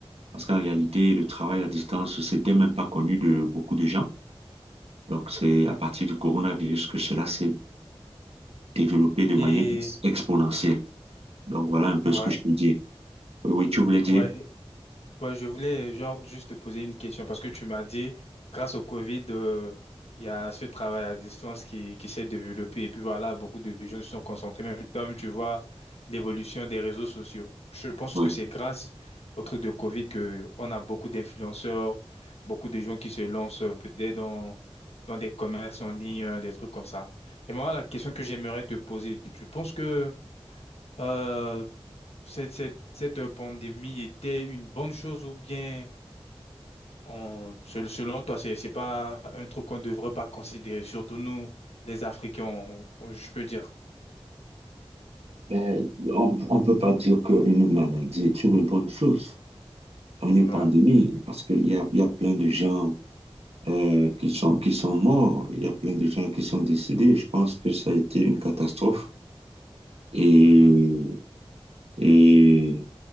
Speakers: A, on the right; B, on the left.
A: Parce qu'en réalité, le travail à distance, c'était même pas connu de beaucoup de gens. Donc, c'est à partir du coronavirus que cela s'est développé de manière
B: Et
A: ex- exponentielle. Donc, voilà un peu
B: ouais,
A: ce que je peux dire. Oui, oui, tu voulais dire?
B: ouais. Ouais, je voulais genre juste te poser une question parce que tu m'as dit, grâce au Covid, euh, il y a ce travail à distance qui, qui s'est développé et puis voilà, beaucoup de gens se sont concentrés. Même toi, tu vois l'évolution des réseaux sociaux. Je pense
A: Oui.
B: que c'est grâce au truc de Covid que on a beaucoup d'influenceurs, beaucoup de gens qui se lancent euh, peut-être dans, dans des commerces en ligne, euh, des trucs comme ça. Et moi, la question que j'aimerais te poser, tu penses que euh, cette, cette, cette pandémie était une bonne chose ou bien on, sel- selon toi, c'est, c'est pas un truc qu'on devrait pas considérer, surtout nous, les Africains, on- on- je peux dire.
A: Ben, on ne peut pas dire qu'une maladie est une bonne chose. une
B: Ouais.
A: pandémie parce qu'il y a, il y a plein de gens euh, qui sont, qui sont morts, il y a plein de gens qui sont décédés. Je pense que ça a été une catastrophe et,
B: Mhm.
A: et,